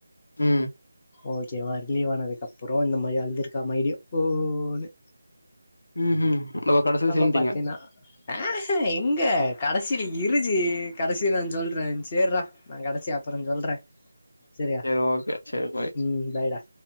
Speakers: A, on the left; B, on the left.
A: ம்
B: ஓகே வா ரிலீவ் ஆனதுக்கு அப்பறோ இந்த மாரி அழுதுருக்கா மறுடியும் ஓ ன்னு
A: ம் ம் ஆனா கடைசில
B: நம்ம
A: சேன்ட்டீங்க
B: பாத்தீன்னா ஆஹ எங்க கடைசியில இருச்சு கடைசியில சொல்றே சேர்றா நா கடச்சிய அப்பறோ சொல்றே சரியா
A: சேரி ஓகே சேரி பாய்
B: ம் பாய்டா